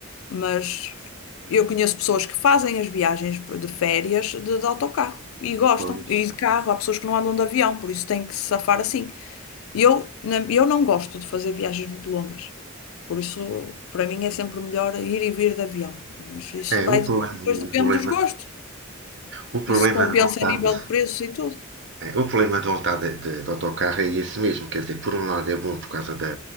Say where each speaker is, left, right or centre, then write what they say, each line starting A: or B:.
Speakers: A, on the left; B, on the right.
A: mas eu conheço pessoas que fazem as viagens de férias de, de autocarro e gostam,
B: Pois.
A: e de carro, há pessoas que não andam de avião, por isso têm que se safar assim. Eu, na- eu não gosto de fazer viagens muito longas, por isso para mim é sempre melhor ir e vir de avião, mas isso
B: É,
A: vai
B: o
A: depois
B: problema,
A: depende
B: o problema,
A: dos gostos.
B: o problema
A: Isso compensa
B: de voltar
A: a nível
B: de,
A: de preços e tudo.
B: É, O problema de voltar de, de- de autocarro é esse mesmo, quer dizer, por um lado é bom por causa da,